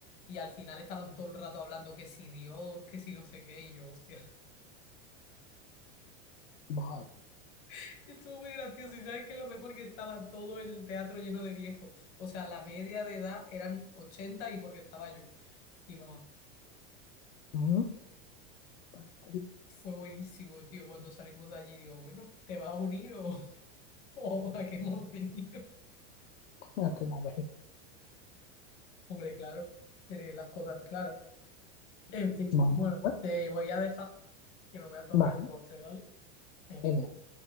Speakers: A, on the left; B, on the left.
A: Y al final estaban todo el rato hablando que si Dios, que si no sé qué. Y yo, hostia,
B: Madre.
A: <laughs> estuvo muy gracioso. Y sabes que es lo mejor que estaba todo el teatro lleno de viejos. O sea, la media de edad eran 80 y porque estaba yo. Y mamá,
B: ¿no? Pues, ya
A: fue buenísimo, tío. Cuando salimos de allí, digo, bueno, ¿te vas a unir o, <laughs> o a qué hemos venido?
B: está, ya estoy más vecino.
A: Hombre, claro, tiene las cosas claras. En fin,
B: Bueno,
A: bueno,
B: pues,
A: te voy a dejar que me voy a tomar
B: vale,
A: el postre, ¿vale? Eh,
B: genial.